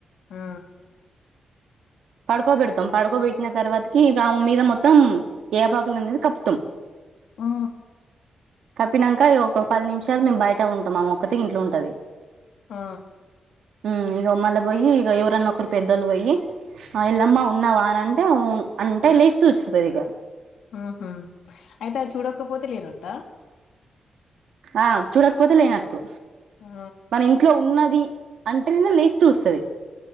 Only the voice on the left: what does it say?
ఆ!
ఆ
ఆ
హు హు అయితే అది చూడకపోతే లేన త్త
ఆ!